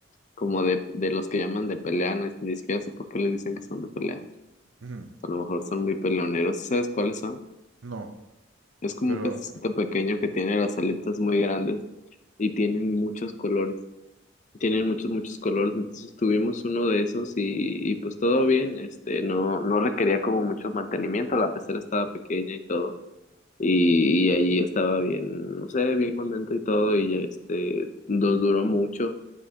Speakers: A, on the left; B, on the right.
A: como de, de los que llaman de pelea, no, ni siquiera sé por qué les dicen que son de pelea.
B: ujú,
A: A lo mejor son muy peleoneros. ¿Sabes cuáles son?
B: No,
A: Es como
B: pero...
A: un pececito pequeño que tiene las aletas muy grandes y tienen muchos colores, tienen muchos, muchos colores, entonces tuvimos uno de esos y, y pues todo bien, este, no, no requería como mucho mantenimiento, la pecera estaba pequeña y todo, y, y allí estaba bien, no sé, bien contento y todo, y este, nos duró mucho,